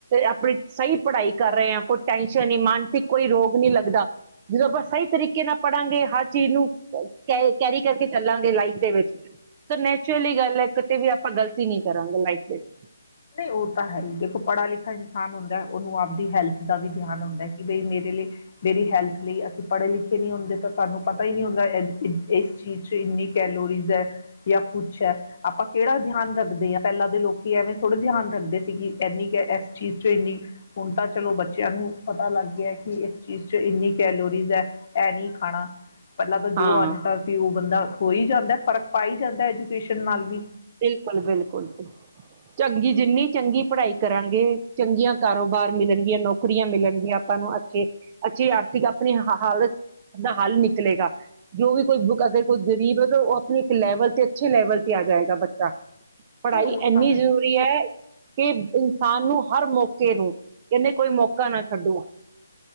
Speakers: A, on the right (about 25°); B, on the left (about 40°).
A: ਆਪਣੀ ਸਹੀ ਪੜ੍ਹਾਈ ਕਰ ਰਹੇ ਹਾਂ। ਕੋਈ ਟੈਂਟ ਸ਼ ਮਾਨਸਿਕ ਕੋਈ ਰੋਗ ਨਹੀਂੀ ਲੱਗਦਾ ਜਦੋਂ ਆਪਾਂ ਸਹੀ ਤਰੀਕੇ ਨਾਲ ਪੜਾਂਗੇ ਹਰ ਚੀਜ਼ ਨੂੰ ਕੈ ਕੈਰੀ ਕਰਕੇ ਚੱਲਾਂਗੇ ਲਾਈਫ ਦੇ ਵਿੱਚ ਨੈਚੁਰਲੀ ਗੱਲ ਹੈ। ਕਿਤੇ ਵੀ ਆਪਾਂ ਗ਼ਲਤੀ ਨਹੀਂੀ ਕਰਾਂਗੇ ਲਾਈਫ ਦੇ ਵਿੱਚ
B: ਨਹੀਂ ਉਹ ਤਾਂ ਹੈ ਹੀ ਦੇਖੋ ਪੜ੍ਹਾ ਲਿਖਾ ਇਨਸਾਨ ਹੁੰਦਾ ਹੈ, ਉਹਨੂੰ ਆਪਦੀ ਹੈਲਥ ਦਾ ਵੀ ਧਿਆਨ ਹਉਂਦਾ ਹੈ ਕਿ ਬਈ ਮੇਰੇ ਲਈ ਮੇਰੀ ਹੈਲਥ ਲਈ ਅਸੀਂ ਪੜ੍ਹੇ ਲਿਖੇ ਨਹੀਂੀ ਹੁੰਦੇ ਤਾਂ ਸਾਨੂੰ ਪਤਾ ਹੀ ਨਹੀਂੀ ਹੁੰਦਾ ਇਸ ਚੀਜ਼ ਚ ਇੰਨੀ ਕੈਲੋਰੀਜ਼ ਹੈ। ਜਾਂ ਪੁੱਛ ਹੈ। ਆਪਾਂ ਕਿਹੜਾ ਧਿਆਨ ਰੱਖਦੇ ਹਾਂ। ਪਹਿਲਾਂ ਦੇ ਲੋਕੀ ਐਵੇਂ ਥੋੜ੍ਹਾ ਜਿਆਨ ਰੱਖਦੇ ਸੀ ਕਿ ਇਨੀ ਕ ਇਸ ਚੀਜ਼ ਚ ਇੰਨੀ ਹੁਣ ਤਾਂ ਚਲੋ ਬੱਚਿਆਂ ਨੂੰ ਪਤਾ ਲੱਗ ਗਿਆ ਕਿ ਇਸ ਚੀਜ਼ ਚ ਇੰਨੀ ਕੈਲੋਰੀਜ਼ ਹੈ। ਇਹ ਨਹੀਂ ਖਾਣਾ ਪਹਿਲਾਂ ਤਾਂ
A: ਹਾਂ
B: ਜੋ ਆਜਦਾ ਸੀ ਉਹ ਬੰਦਾ ਹੋ ਹੀ ਜਾਂਦਾ ਫਰਕ ਪਾ ਹੀ ਜਾਂਦਾ ਐਜੂਕੇਸ਼ਨ ਨਾਲ ਵੀ
A: ਬਿਲਕੁਲ ਬਿਲਕੁਲੁ ਚੰਗੀ ਜਿੰਨੀ ਚੰਗੀ ਪੜ੍ਹਾਈ ਕਰਾਂਗੇ ਚੰਗੀਆਂ ਕਾਰੋਬਾਰ ਮਿਲਣਗੀਆਂ ਨੌਕਰੀਆਂ ਮਿਲਣਗੀਆਂ ਆਪਾਂ ਨੂੰ ਅੱਛਗੇ ਅਛੇ ਆਰਥਿਕ ਆਪਣੀ ਹਾਲਤ ਦਾ ਹੱਲ ਨਿਕ ਲੇਗਾ ਜੋ ਵੀ ਕੋਈ ਬੁੱਕ ਅਗਰ ਗਰੀਬ ਹੈ ਤਾਂ ਉਹ ਆਪਣੇ ਇੱਕ ਲੈਵਲ ਤੇ, ਅੱਛੇ ਲੈਵਲ ਤੇ ਆ ਜਾਏਗਾ ਬੱ ਚਾ ਪੜ੍ਹਾਈ
B: ਤੇ ਉਹ
A: ਇੰਨੀ
B: ਤਾਂ ਹੈ
A: ਜ਼ਰੂਰੀ ਹੈ ਕਿ ਇਨਸਾਨ ਨੂੰ ਹਰ ਮੌਕੇ ਨੂੰ ਕਹਿੰਦੇ ਕੋਈ ਮੌਕਾ ਨਾ ਛੱਡੋ।